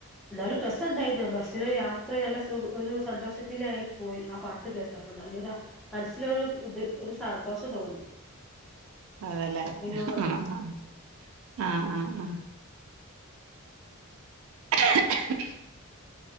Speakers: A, in the centre; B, on the right.
A: എന്താലും ബസ്സ് ഇണ്ടായി ബസ്സിന് യാത്ര നല്ല സു ഒരു സന്തോഷത്തിനായി പോയി ആ പാട്ട് കേട്ടപ്പം നല്ലൊര മൻസ്സില് ഒരു ഇത് ഒരു സന്തോഷം തോന്നി.
B: അതല്ലേ
A: അത്രയോ
B: <unintelligible>
A: ഭംഗി
B: ആഹ് ആഹ് ആഹ് <unintelligible>